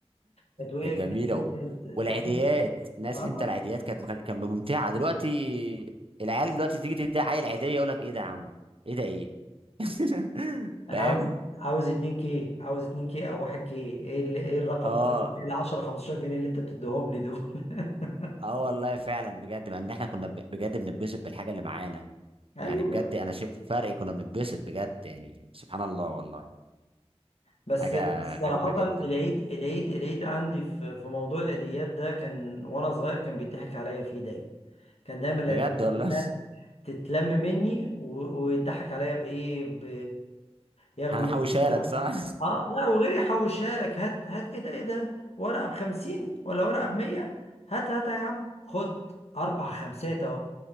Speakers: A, on the left; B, on the right.
A: كانت وهي
B: كانت جميله
A: جديدة
B: و...
A: دي كانت
B: والعيديات
A: تحس
B: ناس
A: اه
B: انت العيديات كانت مخ... كانت ممتعه دلوقتي العيال دلوقتي تيجي تدي عيل عيديه يقول لك ايه ده يا عم ايه ده ايه <laughs>
A: أنا
B: فاهم
A: عاوز عاوز 2 كي عاوز 2 كي أو 1 كي إيه اللي- إيه الرقم
B: اه
A: ال 10 15 جنيه اللي أنت بتديهم لي دول <laughs>
B: اه والله فعلا بجد مع ان احنا كنا ب- بجد بنتبسط بالحاجه اللي معانا
A: أيوه
B: يعني بجد انا شفت فرق كنا بنتبسط بجد يعني سبحان الله والله
A: بس
B: حاجه
A: بس
B: غريبه
A: صراحة
B: جدا
A: العيد العيد العيد عندي في في موضوع العيديات ده كان وأنا صغير كان بيضحك عليا فيه دايما كان دايما العيديات
B: بجد والله
A: كلها تتلم مني و- ويضحك عليا بإيه ب... ياخدوا
B: هنحوشها
A: مني
B: لك صح
A: اه لا وغير يحوشها لك هات هات ايه ده ايه ده ورقة بخمسين ولا ورقة بمية هات هات يا عم خد أربع خمسات أهو